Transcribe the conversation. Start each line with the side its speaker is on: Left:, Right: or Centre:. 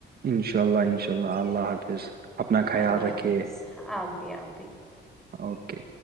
Right: انشاء اللہ انشا اللہ اللہ حافظ اپنا خیال
Centre: اللہ
Right: رکھیے
Centre: حافظ آپ بھی آپ بھی
Right: اوکے